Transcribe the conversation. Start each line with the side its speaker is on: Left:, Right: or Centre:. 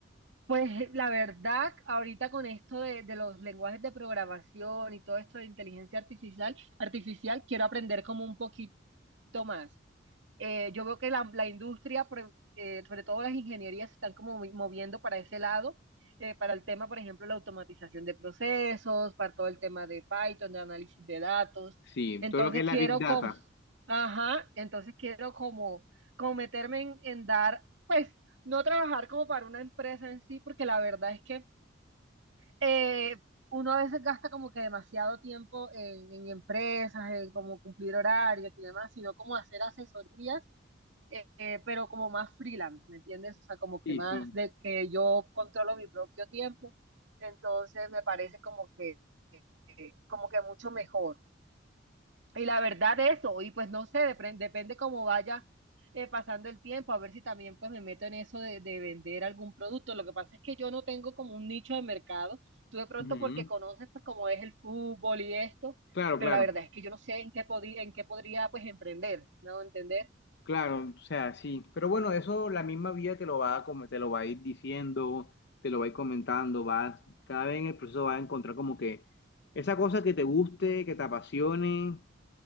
Right: Pues la verdad, ahorita con esto de, de los lenguajes de programación y todo esto de inteligencia artificial, artificial, quiero aprender como un poquito más. Eh, yo veo que la, la industria, pre- eh, sobre todo las ingenierías, se están como movi- moviendo para ese lado, eh, para el tema, por ejemplo, la automatización de procesos, para todo el tema de Python, de análisis de datos.
Left: Sí,
Right: Entonces
Left: todo lo que es
Right: quiero
Left: la Big Data.
Right: como, ajá, entonces quiero como, como meterme en, en dar, pues, no trabajar como para una empresa en sí, porque la verdad es que eh, uno a veces gasta como que demasiado tiempo en, en empresas, en como cumplir horarios y demás, sino como hacer asesorías eh, eh, pero como más freelance, ¿me entiendes? O sea, como que
Left: Sí,
Right: más
Left: sí.
Right: de que yo controlo mi propio tiempo, entonces me parece como que, eh, como que mucho mejor. Y la verdad eso, y pues no sé, depre- depende cómo vaya eh, pasando el tiempo, a ver si también pues me meto en eso de, de vender algún producto. Lo que pasa es que yo no tengo como un nicho de mercado, tú de pronto
Left: Ujú.
Right: porque conoces pues cómo es el fútbol y esto,
Left: Claro,
Right: pero
Left: claro,
Right: la verdad es que yo no sé en qué, podí- en qué podría pues emprender, ¿no? ¿Entender?
Left: claro, o sea, sí. Pero bueno, eso la misma vida te lo va a, com- te lo va a ir diciendo, te lo va a ir comentando, vas, cada vez en el proceso vas a encontrar como que esa cosa que te guste, que te apasione,